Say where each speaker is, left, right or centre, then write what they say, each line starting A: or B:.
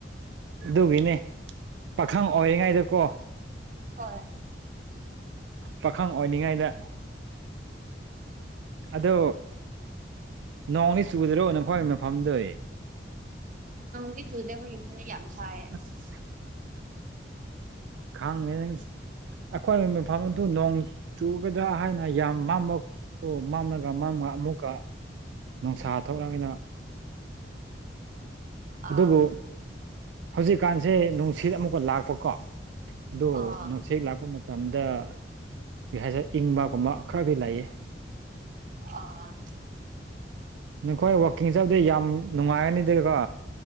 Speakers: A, on the right; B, on the right.
A: ꯑꯗꯨꯒꯤꯅꯦ ꯄꯥꯈꯪ ꯑꯣꯏꯔꯤꯉꯩꯗꯀꯣ
B: ꯍꯣꯏ
A: ꯄꯥꯈꯪ ꯑꯣꯏꯅꯤꯡꯉꯥꯏꯗ ꯑꯗꯣ ꯅꯣꯡꯅꯤ ꯆꯨꯗꯔꯣ ꯅꯈꯋꯥ ꯃꯐꯝꯗꯨ
B: ꯒꯤ ꯆꯨꯗꯦ ꯍꯕꯗꯤ ꯌꯥꯝ ꯁꯥꯏꯌꯦ
A: ꯑꯁ ꯀꯉ ꯑꯩꯈꯣꯏꯅ ꯃꯐꯝ ꯑꯗꯨ ꯅꯣꯡ ꯆꯨꯒꯗ꯭ꯔꯥ ꯍꯥꯏꯅ ꯌꯥꯝ ꯃꯕ ꯑꯗꯨ ꯃꯝꯂꯒ ꯃꯝꯒ ꯑꯃꯨꯛꯀ ꯅꯨꯡꯁꯥ ꯊꯣꯛꯂꯛꯅꯤꯅ ꯑꯗꯨꯕꯨ
B: ꯑꯥ
A: ꯍꯧꯖꯤꯛꯀꯥꯟꯁꯦ ꯅꯨꯡꯁꯤꯠ ꯑꯃꯨꯛꯀ ꯂꯥꯛꯄꯀꯣ ꯑꯗꯨꯗꯣ
B: ꯑꯣ
A: ꯅ ꯁꯦꯡꯒ ꯂꯥꯛꯄ ꯃ ꯃꯇꯝꯗ ꯀꯩ ꯍꯥꯏꯁꯦ ꯏꯪꯕꯒꯨꯝꯕ ꯈꯔꯗꯤ ꯂꯩꯌꯦ
B: ꯑ
A: ꯅꯈꯣꯏ ꯋꯥꯛꯀꯤꯡ ꯆꯠꯕꯗꯤ ꯌꯥꯝ ꯅꯨꯡꯉꯥꯏꯒꯅꯤꯗꯀꯣ